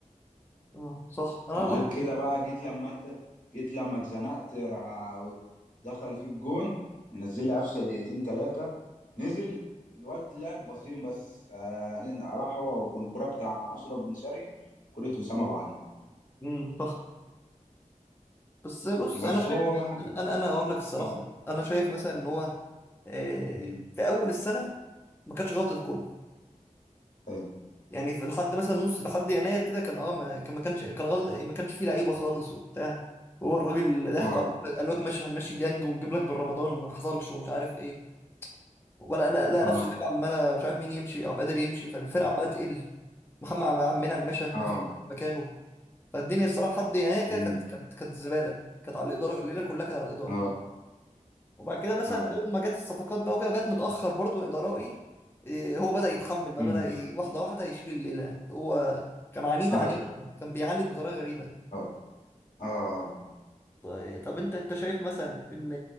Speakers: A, on the left (about 15°); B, on the left (about 70°).
A: اه، صح انا
B: وغير
A: برضه
B: كده بقى جيت لما انت جيت لما اتزنقت را- دخل فيك جون منزل لي قفشه دقيقتين ثلاثه نزل الواد لعب باصين بس آه إن- راح هو والجون. الكوره بتاع اشرف بن شرقي وكوره وسام ابو علي
A: امم بس بص
B: بس
A: انا شايف
B: هو بقى
A: انا انا أنا اقول لك الصراحه
B: اه
A: انا شايف مثلا ان هو آه،
B: مم.
A: في اول السنه ما كانش غلطه كولر
B: اه
A: يعني في لحد مثلا نص لحد يناير كده كان اه ما كان ما كانش كان غلط ما كانش فيه لعيبه خالص وبتاع هو الراجل اللي ضحكوا
B: اه
A: عليه قال لك ماشي هنمشي ديانج ونجيب لك بالرمضان ما حصلش ومش عارف ايه ولا انا لا
B: اه
A: نفسه اللعيبه عماله مش عارف مين يمشي عبد القادر يمشي فالفرقه عماله تقل محمد عم- عم منعم مشى ما
B: اه
A: فيش مكانه فالدنيا الصراحه لحد يناير كده
B: مم.
A: كانت كانت كانت زباله كانت على الاداره الليله كلها كانت على الاداره
B: اه
A: وبعد كده مثلا
B: هاي
A: اول ما جت الصفقات بقى وكده وجت متاخر برضو يا ده رايي إيه، هو بدا يتحمل بقى
B: مم.
A: بدا ي- واحده واحده يشيل الليله هو كان عنيد
B: هاي
A: عنيد كان بيعاند بطريقه غريبه
B: اه اه آه.
A: طيب- طب انت انت شايف مثلا ان